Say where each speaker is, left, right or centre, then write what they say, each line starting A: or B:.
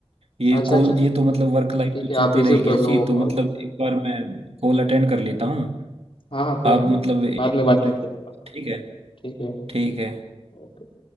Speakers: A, on the right (about 75°); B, on the left (about 60°).
A: ये
B: अच्छा
A: कॉल
B: अच्छा
A: ये तो मतलब वर्क
B: ठीक
A: लाइफ तो
B: है
A: चलती
B: आप रिसीव
A: रहेगी
B: कर
A: ऐसी
B: लो वो
A: तो
B: कॉल
A: मतलब एक बार मैं कॉल अटेंड कर लेता हूँ
B: हाँ हाँ कोई
A: आप
B: ना
A: मतलब एक
B: बाद में
A: मिनट
B: बात करते हैं अपन
A: ठीक है
B: ठीक है
A: ठीक है
B: ओके